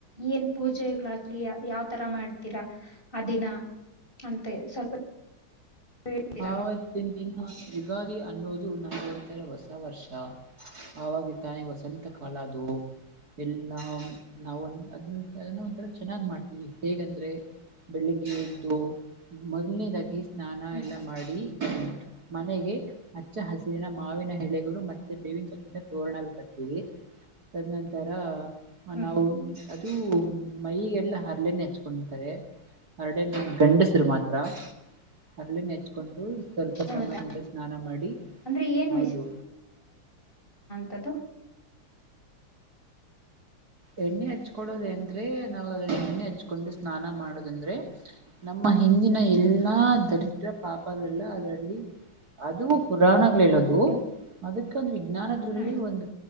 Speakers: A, on the left (about 25°); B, on the right (about 45°).
A: ಏನ್ ಪೂಜೆಗಳಾಗ್ಲಿ ಯಾವ ತರ ಮಾಡ್ತೀರಾ ಅ ದಿನ ಅಂತೆ ಸ್ವಲ್ಪ ಹೇಳ್ತೀರಾ
B: ಹೌದ ಯುಗಾದಿ ಅನ್ನೋದು ನಾ ಹೇಳ್ತಾರೆ ಹೊಸ ವರ್ಷ ಆವಾಗಿ ತಾನೆ ವಸಂತ ಕಾಲ ಅದು ಎಲ್ಲಾ ನಾವ ಒಂದ ಅದ ಅದನ್ನ ಒಥರ ಚೆನ್ನಾಗ್ ಮಾಡ್ತೀವಿ ಹೇಗಂದ್ರೆ ಬೆಳಿಗ್ಗೆ ಎದ್ದು ಮೊದಲನೇದಾಗಿ ಸ್ನಾನ
A: ಹ್ಮ್
B: ಎಲ್ಲಾ ಮಾಡಿ ಮನೆಗೆ ಹಚ್ಚ ಹಸಿರಿನ ಮಾವಿನ ಎಳೆಗಳು ಮತ್ತೆ ಬೇವಿನ ಕಪ್ಪಿಂದ ತೋರಣ ಕತೀವಿ ತದನಂತರ ಹ
A: ಹ್ಮ್
B: ನಾವು ಅದುೂ ಮೈಗೆಲ್ಲ ಹರ್ಲೆನೆ ಹಚ್ಕೊಂಡರ್ತವೆ ಹರಳಿನ ಗಂಡಸರು ಮಾತ್ರ ಹರಳಿನ ಹೆಚ್ಚು ಕೊಂಡು ಸ್ವಲ್ಪ
A: ಹೌದಾ
B: ಸಮಯದಿಂದ ಸ್ನಾನ ಮಾಡಿ
A: ಅಂದ್ರೆ ಏನ್
B: ಹೌದು
A: ತದು
B: ಎಣ್ಣೆ ಹಚ್ಕಡೋದ ಅಂದ್ರೆ ನಾವು ಅದ ಎಣ್ಣೆ ಹಚ್ಕೊಂಡು ಸ್ನಾನ ಮಾಡುದ ಅಂದ್ರೆ ನಮ್ಮ ಹಿಂದಿನ ಎಲ್ಲಾ ದರಿದ್ರ ಪಾಪಗಳಲ್ಲ ಅದರಲ್ಲಿ ಅದು ಪುರಾಣಗಳು ಹೇಳ ಹೇಳೋದು
A: ಹ್ಮ್
B: ಅದಕ್ಕ ಒಂದು ವಿಜ್ಞಾನದ್ರಲ್ಲಿ
A: ಹ್ಮ್
B: ಒಂದು